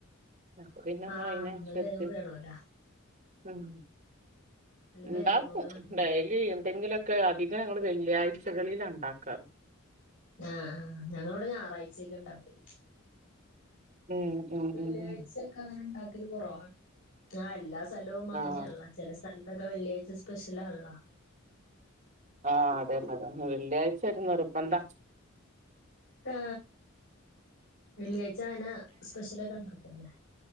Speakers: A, on the right; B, on the left.
A: അപ്പൊ പിന്നെ നമ്മൾ
B: ആഹ
A: അയിനനുസരിച്ച്
B: വ വേണല്ല
A: ഉം ഉണ്ടാക്കും
B: വേവണോല്ലോ നല്ല
A: ഡലി എന്തെങ്കിലൊക്കെ അധികം ഞങ്ങള്ൾ വെള്ളിയാഴ്ചകളിൽ ഉണ്ടാക്കാറ്
B: ആഹ് ആ് ഞങ്ങള ഇവിടെ ഞായറാഴ്ചയക്ക ഉണ്ടാവും
A: ഉം ഉം
B: വെള്ളിയാഴ്ചയൊക്കെ
A: ഉം ഉം
B: അങ്ങനെണ്ടാക്ക ക്കല് കുറവാണ് ആ എല്ലാ സലവും അങ്ങനെയാളള
A: ആഹ്
B: ചെല സ്ഥല ത്തൊക്കെ വെള്ളിയാഴ്ച സ്പെഷ്യലാള്ള
A: ആഹ് അതെ അതെ വെള്ളിയാഴ്ചരുന്നുനിറിബന്താ
B: ആ വെള്ളിയാഴ്ച അങ്ങനെ സ്പെഷ്യലൊക്കെ ഇണ്ടക്കല്ലേ